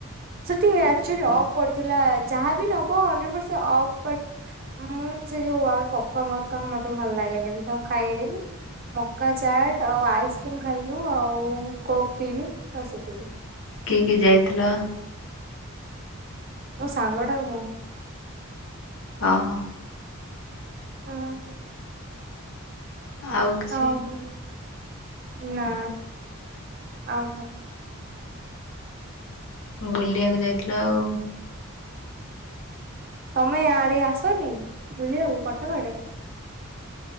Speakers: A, on the right; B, on the left.
A: ସେଠି ଏକ୍ଟୁଆଲୀ ଅଫ ପଡିଥିଲା ଯାହାବି ନବ ହଣ୍ଡ୍ରେଡ ପର୍ସେଣ୍ଟ ଅଫ୍ ପ ମୁଁ ସେ ଯୋଉ ଆମେ ପପ୍ କର୍ନ ମପ୍ କର୍ନ ମତେ ଭଲ ଲାଗେନି ମୁଁ ତ ଖାଇଲିନି ମକା ଚାଟ୍ ଆଉ ଆଇସ୍କ୍ରିମ୍ ଖାଇଲୁ ଆଉ କୋକ୍ ପିଇଲୁ ବାସ୍ ଏତିକି।
B: କିଏ କିଏ ଯାଇଥିଲ?
A: ମୋ ସାଙ୍ଗଟା ଆଉ ମୁଁ।
B: ହଁ।
A: ହୁଁ।
B: ଆଉ କିଛି
A: ହଁ। ନା ଆଉ କଣ।
B: ବୁଲିବାକୁ ଯାଇଥିଲ ଆଉ।
A: ତମେ ଆଡେ ଆସନି ବୁଲିବାକୁ କଟକ ଆଡେ?